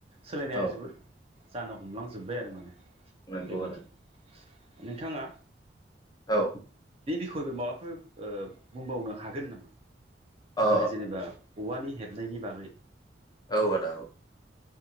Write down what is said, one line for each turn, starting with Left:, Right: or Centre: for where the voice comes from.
Right: सोलायनाया
Left: औ औ
Right: जोबोद जानो हमलां जोब जोब्बाय आरो माने
Left: नंगौ
Right: बेबायदि।
Left: आदा
Right: नोंथाङा
Left: औ
Right: <unintelligible> माबाफोर बुंबावनो हागोन नामा?
Left: औ
Right: माने जेनेबा औवानि हेब हेबनायनि बागै।
Left: औ आदा औ